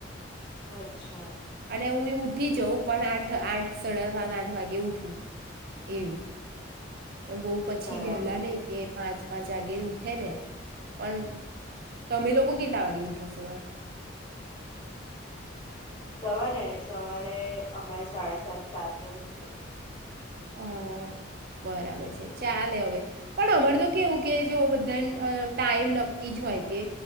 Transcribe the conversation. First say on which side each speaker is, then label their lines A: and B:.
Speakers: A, on the left (about 25°); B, on the right (about 50°).
A: અચ્છા.
B: ને હુંય ઉઠી જાઉં પણ આઠ આઠ સાડા સાત આઠ વાગે ઉઠવું એવું. પણ બહુ પછી
A: બરાબર
B: વહેલા
A: બરાબર
B: નહી કે પાંચ પાંચ વાગે ઉઠે ને પણ તમે લોકો કેટલા વાગે ઉઠો સવાર?
A: સવારે ને સવારે અમારે સાડા સાત સાત ઉઠીએ.
B: હ. બરાબર છે ચાલે હવે પણ અમારે તો કેવું કે જો બધા ટાઈમ નક્કી જ હોય કે